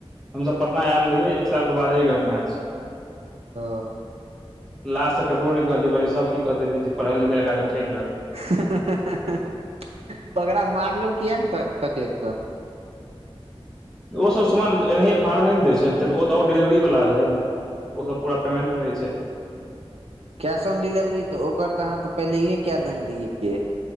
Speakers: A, in the centre; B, on the right.
A: हम सब पटना आयल रहियै एक साल के बाद घट ना छै
B: हँ
A: लाज से ककरो नहि कहलिये कहलिये सब की कहते जे पढ़ल लिखल एकरा सब ठईक लेलकय
B: ह ह ह ह ओकरा मारलहु किया ने पकड़ि कऽ
A: ओसभ समान एनाहिए फाड़ऽ नै ने दै छै ओ तऽ आओर डिलेवरीवला रहै ओ सब पूरा पेमेंट रहै छै
B: कैश ऑन डिलिवरी तऽ ओकर तऽ अहाँ तऽ पहिलेए कए दने रहियै पे